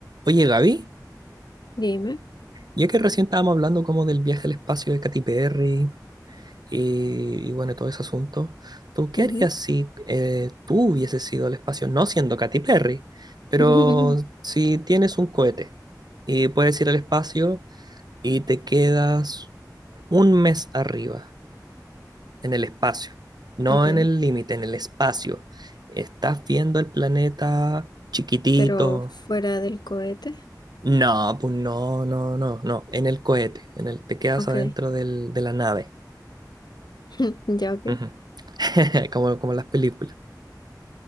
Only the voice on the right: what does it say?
Oye, Gaby,
ya que recién estábamos hablando como del viaje al espacio de Katy Perry y, y bueno, todo ese asunto, ¿tú qué
harías si eh, tú hubieses ido al espacio, no siendo Katy Perry, pero
si tienes un cohete y puedes ir al espacio y te quedas un mes arriba, en el espacio, no
en el límite, en el espacio, estás viendo el planeta chiquitito
No, pues no, no, no, no. En el cohete, en el te quedas
adentro del, de la nave.
Ujú. <laughs> Como, como las películas.